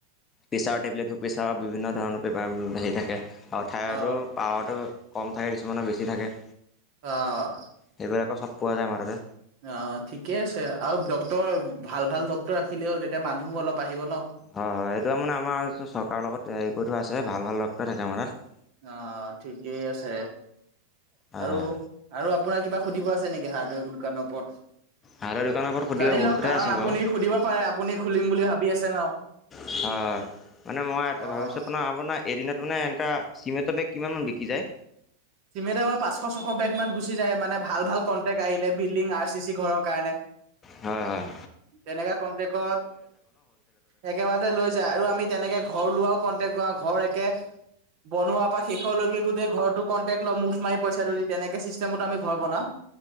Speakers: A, on the left; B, on the right.
A: প্ৰেছাৰৰ টেবলেটটো, প্ৰেছাৰৰ বিভিন্ন ধৰণৰ প্ৰেপাৰ হেৰি থাকে আৰু থাইৰইডৰ
B: অ',
A: পাৱাৰটো। কম থাকে, কিছুমানৰ বেছি থাকে।
B: অহ।
A: সেইবিলাকো চব পোৱা যায় মাৰোতে
B: অ' ঠিকে আছে আৰু ডক্টৰ ভাল ভাল ড্ক্তৰ ৰাখিলে হ'ল তেতিয়া মানুহো অলপ আহিব ন'।
A: হয়, হয় এইটো আৰু মানে আমাৰটো চৰকাৰৰ লগত হেৰি কৰি থোৱা আছে। ভাল ভাল ডক্টৰ থাকে আমাৰ তাতে।
B: অ' ঠিকেই আছে
A: হয়
B: আৰু
A: হয়
B: আৰু আপোনাৰ কিবা সুধিব আছে নেকি হাৰ্ডৱেৰ দোকানৰ ওপৰত।
A: হাৰ্ডৰ দোকানৰ ওপৰত সুধিব
B: জানি
A: বহুত
B: লওক
A: কথাই
B: কাৰণ
A: আছিল
B: আপুনি
A: বাৰু
B: সুধিব পাৰে, আপুনি খুলিম বুলি ভাবি আছে ন'।
A: হয়-হয় মানে মই
B: অ',
A: ভাবিছো আপোনাৰ আপোনাৰ এদিনত মানে এনেুৱ চিমেণ্টৰ বেগ। কিমানমান বিকি যায়।
B: চিমেটৰ পাঁচশ, ছশ বেগ মান গুচি যায়, মানে ভাল ভাল কণ্টেক্ট আহিলে বিল্ডিং আৰ চি চি ঘৰ কাৰণে।
A: হয়-হয়।
B: তেনেকা কন্টেকত একেবাৰতে লৈ যায় আৰু আমি তেনেকে ঘৰ লোৱাও কন্টেক কৰা। ঘৰ একে বনোৱা পৰা শেষলৈকে গোটেই ঘৰটোক। কণ্টেক্ট ল' মুঠ মাৰি পইচাটো দি তেনেকে চিষ্টেম আমি ঘৰ বনাও।